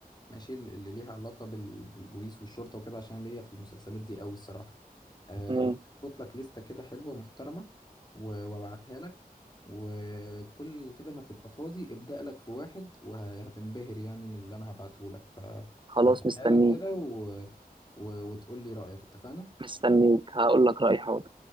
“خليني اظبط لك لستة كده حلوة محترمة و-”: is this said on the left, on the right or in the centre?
Left